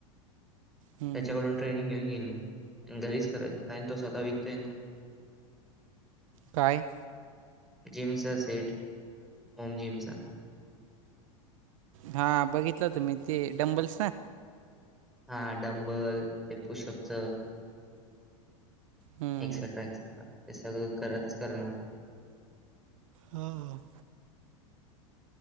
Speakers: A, on the right; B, in the centre.
A: हम्म.
B: त्याच्याकडून
A: हम्म.
B: ट्रेनिंग घेऊन गेईल मी घरीच करेल कारण तो स्वतः विकतोय.
A: काय?
B: जिमचा सेट होम जिमचा
A: हा बघितलं होत मी ते.. डंबल्स ना?
B: हा डंबल ते पुषपच
A: हम्म.
B: एक्सेट्रा एक्सेट्रा ते सगळं घरातच करल मग.
A: हो हो.